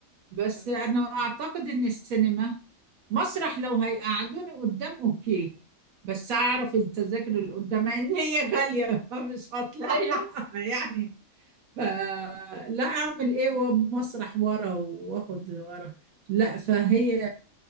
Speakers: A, on the right; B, on the right.
A: بس
B: مم.
A: انا اعتقد ان السينما مسرح لو هيقعدوني قدام اوكي بس اعرف التذاكر اللي قدام ان هي غالية <laughs> فمش هطلع
B: <laughs> ايوه
A: <laughs> يعني فلا اعمل ايه ومسرح ورا واخد ورا لا فهي